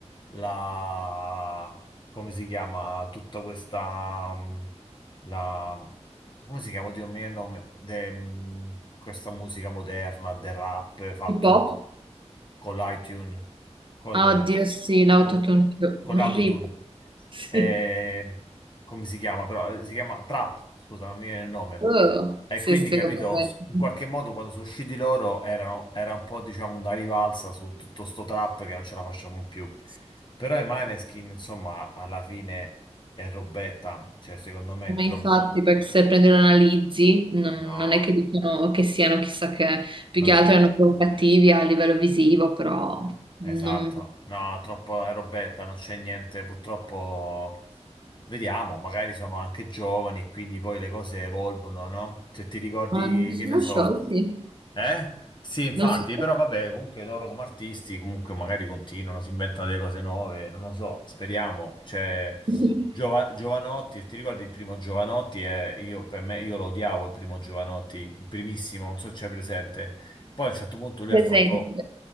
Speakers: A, on the left; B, on the right.
A: la, come si chiama, tutta questa, mm, la, come si chiama, Dio mio, il nome, de- mm, questa musica moderna, del rap, eh, fatto
B: Hip hop?
A: tutto con l'iTunes, con
B: Ah,
A: le-
B: Oddio, sì, l'autotune,
A: col- con
B: orribile.
A: l'autotune.
B: Sì.
A: Eh, come si chiama però? Eh, Si chiama Trap, scusa, non mi viene il nome.
B: Oh,
A: E
B: sì,
A: quindi
B: sì,
A: capito,
B: ovviamente.
A: s- in qualche modo quando sono usciti loro erano, era un po' diciamo una rivalsa su tutto sto trap che non ce la facciamo più.
B: Sì.
A: Però i Maneskin, insomma, alla fine è robetta, cioè secondo me
B: Ma
A: è troppo...
B: infatti, perché se prendi e lo analizzi, non,
A: No,
B: non è che dicono che siano chissà che, più
A: non
B: che
A: c'è...
B: altro erano provocativi a livello visivo, però
A: Esatto,
B: non,
A: no, troppo è robetta, non c'è niente, purtroppo... Vediamo, magari sono anche giovani e quindi poi le cose evolvono, no? Se ti ricordi,
B: ma non sono
A: che ne so
B: sciolti.
A: Eh? Sì, infatti,
B: Non si...
A: però vabbè, comunque loro come artisti comunque magari continuano, si inventano delle cose nuove, non lo so, speriamo. C'è
B: <laughs>
A: Giova- Giovanotti, ti ricordi il primo Giovanotti? Eh, io, per me, io lo odiavo il primo Giovanotti, il primissimo, non so se c'è presente. Poi a un certo punto lui
B: Presente.
A: ha fatto...